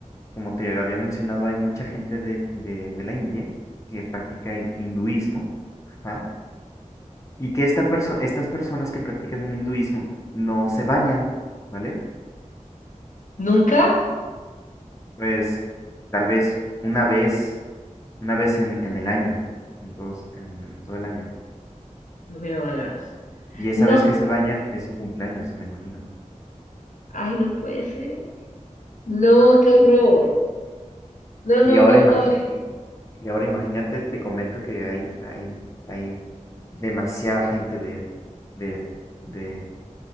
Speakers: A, on the left; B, on the left.
A: como te había mencionado, hay mucha gente de, de, de la India que practica el hinduismo, ajá, Y que esta perso- estas personas que practican el hinduismo no se bañan, ¿vale?
B: ¿Nunca?
A: Pues tal vez una vez Una vez en, en el año, en todos, en, en todo el año.
B: No me lo hagas.
A: Y esa
B: No,
A: vez que se bañan es su cumpleaños, me imagino.
B: ay, no puede ser. No, qué horror. No, no,
A: Y ahora
B: no,
A: imagi-
B: no,
A: y, y ahora imagínate, te comento que hay, hay, hay demasiada gente de, de, de,